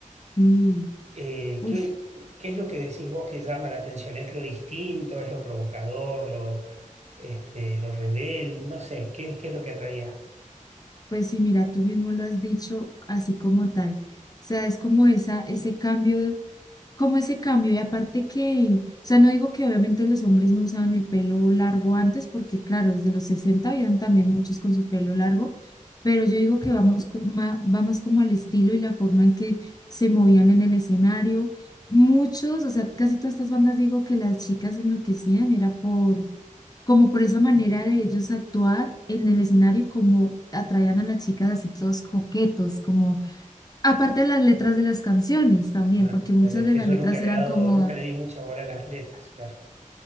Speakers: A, on the left; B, on the right.
A: Sí,
B: eh,
A: uf,
B: ¿qué, qué es lo que decís vos que llama la atención? ¿Es lo distinto? ¿Es lo provocador? ¿Lo, este, lo rebel? No sé, ¿qué, qué es lo que atraía?
A: pues sí, mira, tú mismo lo has dicho así como tal. O sea, es como esa, ese cambio, como ese cambio. Y aparte que, o sea, no digo que obviamente los hombres no usaban el pelo largo antes, porque claro, desde los 60 habían también muchos con su pelo largo, pero yo digo que vamos co- ma- va más como al estilo y la forma en que se movían en el escenario. Muchos, o sea, casi todas estas bandas digo que las chicas enloquecían, era por como por esa manera de ellos actuar en el escenario y como atraían a las chicas así todos coquetos, como aparte de las letras de las canciones también,
B: Ah,
A: porque muchas
B: Pero es
A: de
B: que
A: las
B: yo
A: letras
B: nunca le
A: eran
B: he dado,
A: como
B: nunca le di mucha bola a las letras, claro.